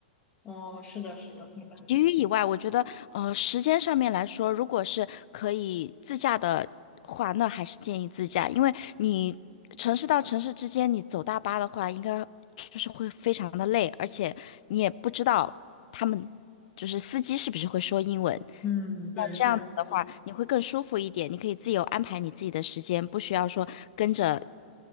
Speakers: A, on the left; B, on the left.
A: 哦，是的，是的，明白。
B: 其余以外，我觉得，呃，时间上面来说，如果是可以自驾的话，那还是建议自驾，因为你城市到城市之间，你走大巴的话，应该就是会非常的累，而且你也不知道他们就是司机是不是会说英文。
A: 嗯，对对对。
B: 那这样子的话，你会更舒服一点，你可以自由安排你自己的时间，不需要说跟着